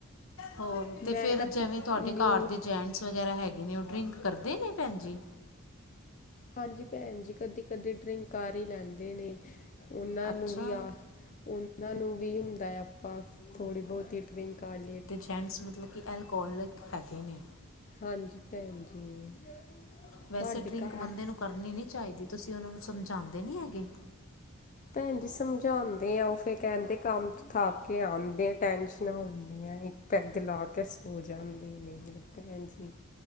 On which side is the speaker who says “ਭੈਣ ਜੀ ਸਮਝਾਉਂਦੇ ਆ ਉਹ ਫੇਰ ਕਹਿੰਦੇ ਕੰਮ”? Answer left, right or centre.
Left